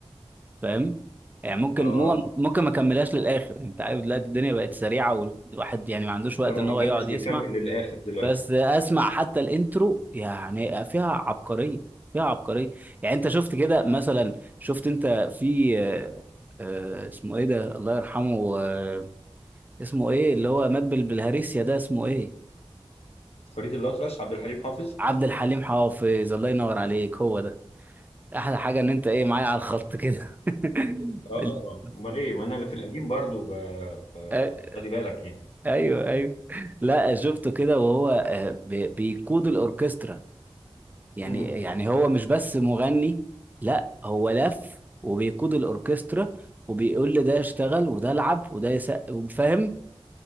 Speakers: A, on the right; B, on the left.
A: فاهم يعني ممكن
B: اه
A: مو- ممكن ما كملهاش للاخر انت عارف دلوقتي الدنيا بقت سريعه والواحد يعني ما عندوش وقت
B: ده ما
A: ان هو يقعد
B: حدش بيكمل
A: يسمع
B: للاخر دلوقتي
A: بس اسمع حتى الانترو يعني فيها عبقريه فيها عبقريه يعني انت شفت كده مثلا شفت انت في آه، آه، اسمه ايه ده الله يرحمه آه، اسمه ايه اللي هو مات بال- بالهريسيا ده اسمه ايه
B: فريد الأطرش عبد الحليم حافظ
A: عبد الحليم حافظ الله ينور عليك هو ده احلى حاجه ان انت ايه معايا على الخط كده <laughs>
B: اه امال ايه ما انا اللي في القديم برضو ب... آه،
A: ال-
B: خلي بالك يعني
A: ايوه ايوه لا شفته كده وهو آه، بي- بيقود الاوركسترا يعني
B: امم
A: يعني هو مش بس مغني لا هو لف وبيقود الاوركسترا وبيقول لده اشتغل وده العب وده يسقف فاهم